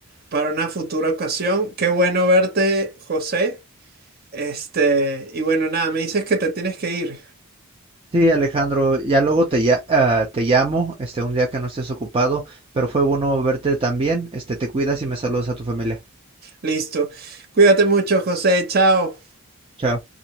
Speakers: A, on the right; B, on the right.
A: para una futura ocasión. Qué bueno verte, José. Este, y bueno, nada, me dices que te tienes que ir.
B: Sí, Alejandro, ya luego te, ya, ah, te llamo, este, un día que no estés ocupado, pero fue bueno verte también. Este, te cuidas y me saludas a tu familia.
A: Listo. Cuídate mucho, José. Chao.
B: Chao.